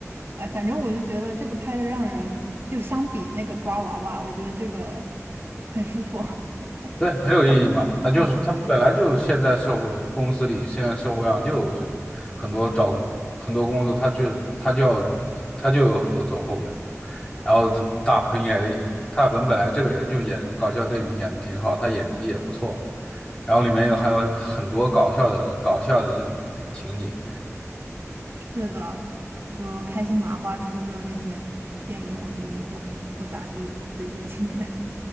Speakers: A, on the right; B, on the left.
A: 哎，反正我就觉得这个拍的让人就相比那个抓娃娃，我觉得这个很舒服。<laughs>
B: 对，很有意义嘛。他就是他本来就现在社会公司里，
A: 嗯，
B: 现在社会上就有这种很多找很多工作，他就他就要他就有很多走后门的。然后这大鹏演的，大鹏本来这个人就演搞笑电影演的挺好，他演技也不错。然后里面有还有很多搞笑的搞笑的这种情景，
A: 是的，就开心麻花出的那些电影，我觉得都不不咋地，最近几年。